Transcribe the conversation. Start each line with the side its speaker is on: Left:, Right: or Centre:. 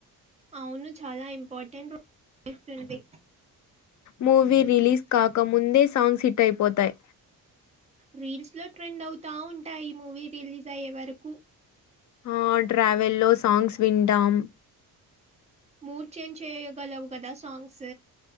Right: అవును చాలా ఇంపార్టెంట్ రోల్ ఇస్తుంది
Left: మూవీ రిలీజ్ కాక ముందే సాంగ్స్ హిట్ అయిపోతాయ్
Right: రీల్స్ లో ట్రెండ్ అవుతా ఉంటాయి మూవీ రిలీజ్ అయ్యే వరకు
Left: ఆ ట్రావెల్ లో సాంగ్స్ వింటాం
Right: మూడ్ చేంజ్ చేయగలవు కదా సాంగ్స్